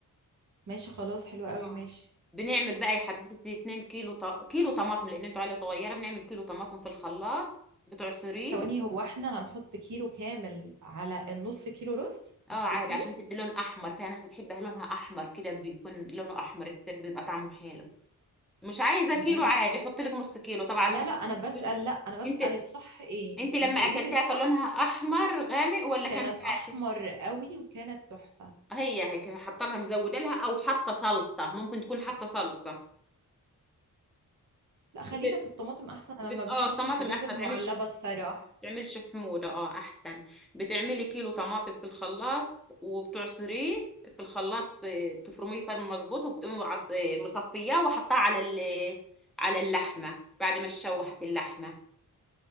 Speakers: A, on the right; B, in the centre.
A: ماشي خلاص حلوة قوي
B: اه
A: ماشي
B: بنعمل بقى يا حبيبتي 2 كيلو ط... كيلو طماطم لان انتوا عيله صغيره بنعمل كيلو طماطم في الخلاط بتعصريه
A: ثواني هو احنا هنحط كيلو كامل على النص كيلو رز
B: اه
A: مش كتير
B: عادي عشان تدي لون احمر فيها ناس بتحبها لونها احمر كده بيكون لونه احمر كتير بيبقى طعمه حلو مش عايزه
A: ماشي
B: كيلو عادي حط لك نص كيلو طبعا راحتك
A: لا لا
B: ما
A: انا بسأل
B: بتحبش اللون.
A: لا انا بسأل
B: انت
A: الصح ايه
B: انت لما
A: انت قولي
B: اكلتها
A: لي الصح
B: كان لونها احمر غامق ولا كان
A: كانت
B: فاتح
A: احمر قوي وكانت تحفة
B: هي هيك حاطه لها مزوده لها او حاطه صلصه ممكن تكون حاطه صلصه
A: لا خلينا
B: بت...
A: في الطماطم احسن انا
B: بت...
A: ما بحبش
B: اه الطماطم
A: الحاجات
B: احسن
A: المعلبة
B: تعملش
A: الصراحة
B: تعملش حموضة اه احسن بتعملي كيلو طماطم في الخلاط وبتعصريه في الخلاط آه، بتفرميه فرم مظبوط وبتقومي عص- آه، مصفياه وحطاه على ال- على اللحمة بعد ما تشوحت اللحمة